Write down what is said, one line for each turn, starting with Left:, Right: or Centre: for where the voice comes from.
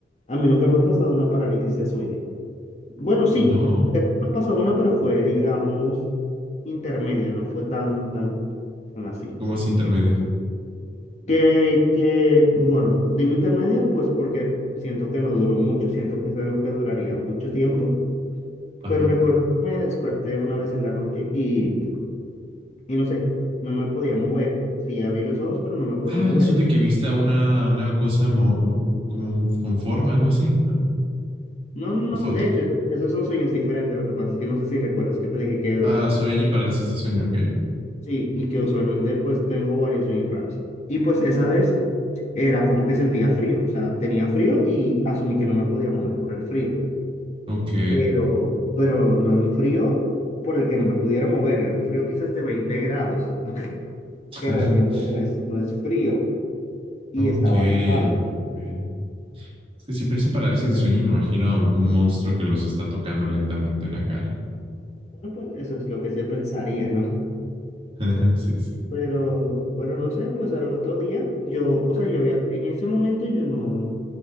Left: A mí nunca me ha pasado una parálisis de sueño. Bueno, sí,
Right: no,
Left: creo me pasó una, pero fue, digamos, intermedia, no fue tan, tan, tan así.
Right: como se intermedia.
Left: Que, que, bueno, digo intermedia, pues porque siento que no duró mucho, siento que es algo que duraría mucho tiempo,
Right: Ajá.
Left: pero recuerdo que me desperté una vez en la noche y, y no sé, no me podía mover. Sí, abrí los ojos, pero no me podía
Right: Ah,
Left: mover.
Right: eso de que vista una, una cosa mo- como con forma, algo así, ¿no?
Left: No, no, no,
Right: ¿O fue otro?
Left: de hecho, eso- esos son sueños diferentes. Lo que pasa es que no sé si recuerdas que te dije que
Right: Ah, sueño y parálisis de sueño, ok.
Left: sí, y que usualmente pues tengo varios sueños raros. Y pues esa vez era como que sentía frío, o sea, tenía frío y asumí que no me podía mover por el frío.
Right: Ok,
Left: pero, pero no era un frío por el que no me pudiera mover, era un frío quizás de 20 grados, <laughs>
Right: <laughs>
Left: que realmente no es, no es frío, y
Right: ok,
Left: estaba arropado. entonces.
Right: ok. Es que siempre dicen parálisis
Left: Después,
Right: de sueño y me imagino a un monstruo que los está tocando lentamente en la cara.
Left: bueno, pues eso es lo que se pensaría, ¿no?
Right: <laughs> Sí, sí.
Left: Pero, pero no sé, pues al otro día yo, o sea, yo había, en ese momento yo no,